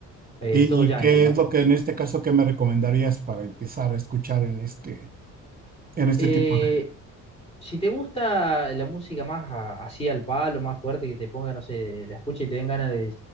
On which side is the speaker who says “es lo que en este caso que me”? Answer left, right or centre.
Right